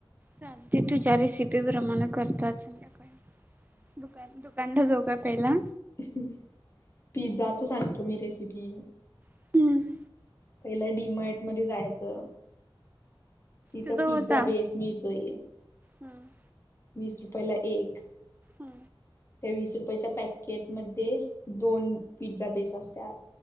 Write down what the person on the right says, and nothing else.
चालतंय तुझ्या रेसिपी प्रमाणे करतो आज संध्याकाळी. दुका दुकानला जाऊ का पहिला?
हम्म
तुझा होता
हम्म
हा